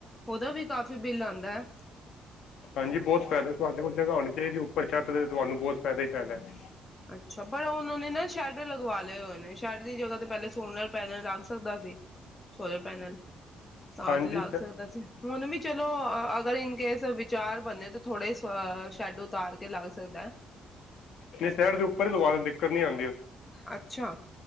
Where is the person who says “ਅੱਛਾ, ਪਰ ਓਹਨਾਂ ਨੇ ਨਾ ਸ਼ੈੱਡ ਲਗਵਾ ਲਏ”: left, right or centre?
Left